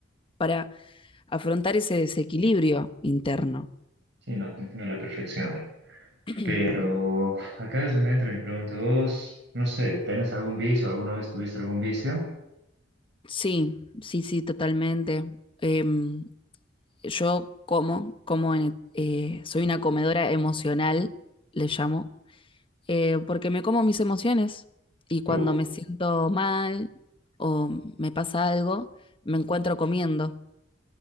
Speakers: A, on the left (about 30°); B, on the right (about 65°).
A: para afrontar ese desequilibrio interno.
B: Sí, no, te entiendo a la perfección.
A: <clears throat>
B: Pero acá es donde entra mi pregunta. Vos, no sé, ¿tenés algún vicio? ¿Alguna vez tuviste algún vicio?
A: Sí, sí, sí, totalmente. Em, yo como, como en- eh, soy una comedora emocional, le llamo, eh, porque me como mis emociones y cuando
B: Ujú. Uf,
A: me siento mal o me pasa algo, me encuentro comiendo